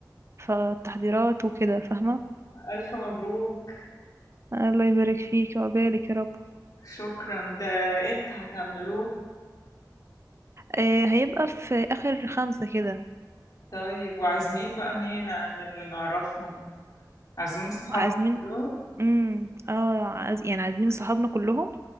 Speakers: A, on the right; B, on the left.
A: فالتحضيرات وكده فاهمة؟
B: ألف مبروك
A: الله يبارك فيك وعقبالك يا رب
B: شكرا ده امتى هتعملوه
A: آه هيبقى في اخر خمسة كده
B: طيب وعازمين بقى مين من اللي نعرفهم عازمين صحابك
A: عازمين
B: كلهم
A: امم اه عاز... يعني عازمين صحابنا كلهم